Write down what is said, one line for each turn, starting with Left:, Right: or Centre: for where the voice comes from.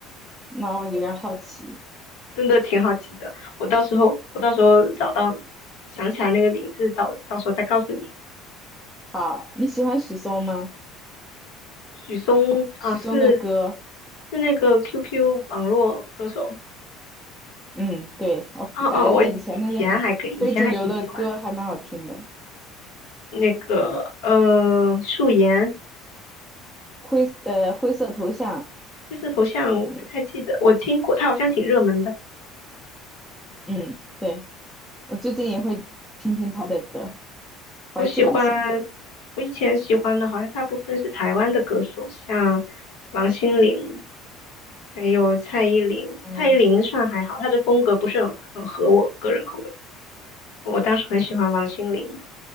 Centre: 那我有点好奇。
Left: 真的挺好奇的，我到时候我到时候找到想起来那个名字，到到时候再告诉你。
Centre: 好，你喜欢许嵩吗？
Left: 许嵩啊，
Centre: 许嵩的歌，
Left: 是是那个 QQ 网络歌手。
Centre: 嗯，对，我感觉他以前那些
Left: 啊啊，我以前还可以，以前还挺喜欢
Centre: 非主流的歌还蛮好听的。
Left: 那个呃素颜，
Centre: 灰，呃，灰色头像，
Left: 灰色头像我不太记得，
Centre: 嗯，
Left: 我听过，他好像挺热门的。
Centre: 嗯，对，我最近也会听听他的歌，怀旧一下。
Left: 我喜欢，我以前喜欢的好像大部分是台湾的歌手，像王心凌，还有蔡依林。
Centre: 嗯。
Left: 蔡依林算还好，她的风格不是很很合我个人口味。我当时很喜欢王心凌，